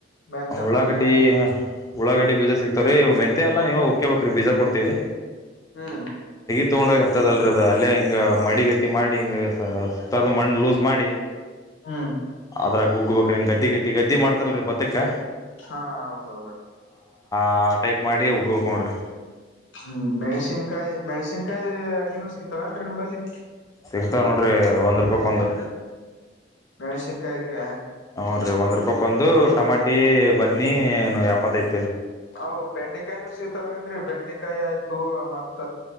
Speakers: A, on the left; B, on the left.
A: ಮೆಂತೆ
B: ಉಳಾಗಡ್ಡಿ
A: ಪಲ್ಯ
B: ಉಳಾಗಡ್ಡಿ ಬೀಜ ಸಿಕ್ತಾವ್ರೀ ಮೆಂತೆ ಅಲ್ಲ ನೀವೆ ಉಕ್ಕೇಬೇಕ್ರಿ ಬೀಜ ಕೊಡ್ತೀವಿ
A: ಹ್ಮ್
B: ತಗೊಂಡ್ ಹೋಗಿ ಹತ್ತದಲ್ರಿ ಅದ ಅಲ್ಲೇ ಹಿಂಗ ಮಡಿಗತಿ ಮಾಡಿ ಹಿಂಗ ತರದ ಮಣ್ಣ ಲೂಸ್ ಮಾಡಿ
A: ಹ್ಮ್.
B: ಅದ್ರಾಗ ಉಬ್ಬಬೇಕ್ರಿ ಗದ್ದಿಗತೆ ಗದ್ದಿ ಮಾಡತರಲ್ರಿ ಬತ್ತಕ್ಕ.
A: ಹಾ ಹೌದೌದು
B: ಆ ಟೈಪ್ ಮಾಡಿ ಉಗ್ಬಕ ನೋಡ್ರಿ
A: ಹ್ಮ್ ಮೆಣಸಿನ್ಕಾಯಿ ಮೆಣ್ಸಿನ್ಕಾಯಿ ಅಗಿನೂ ಸಿಗ್ತಾವೇನ್ರಿ ನಿಂಬಲ್ಲಿ
B: ಸಿಗ್ತಾವ ನೋಡ್ರಿ ಒಂದು ರೂಪಾಯಿ ಕೊಂದು
A: ಮೆಣಸಿನಕಾಯಿ ಅಗಿರ್ಯ
B: ನೋಡರಿ ಒಂದು ರೂಪಾಯಿಕೊಂದು ಟಮಾಟಿ ಬದನಿ ಎಪ್ಪತ್ತೈದ
A: ಅವು ಬೆಂಡೆಕಾಯಿನು ಸಿಗ್ತವೆನ್ ರಿ ಬೆಂಡೆಕಾಯಿ ಆಯ್ತು ಮತ್ತ